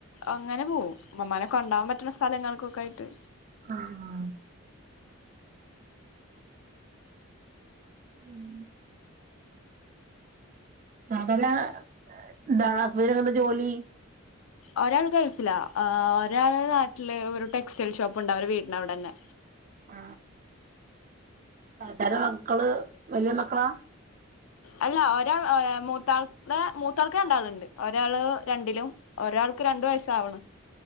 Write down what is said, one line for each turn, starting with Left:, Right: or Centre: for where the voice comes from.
Left: അങ്ങനെ പോവും ഉമ്മമ്മാനെ ക്കെണ്ടോവാൻ പറ്റുന്ന സ്ഥലങ്ങൾക്കൊക്കെയിട്ട്
Right: ആ ആ ഉം അതല്ല എന്താ ഹസ്ബന്റിന് എന്താപ്പ ജോലി
Left: ഒരാള് ഗൾഫിലാ ഒരാള് നാട്ടില് ഒരു ടെക്സ്റ്റൈൽ ഷോപ്പ്ണ്ട് അവരെ വീടിന് അവിടന്നെ
Right: ആ താത്താന്റെ മക്കള് വലിയ മക്കളാ
Left: അല്ല ഒരാൾ മൂത്താൾടെ മൂത്താൾക്ക് രണ്ടാളുണ്ട് ഒരാള് രണ്ടിലും ഒരാ ഒരാൾക്ക് രണ്ടു വയസ്സ് ആവണ്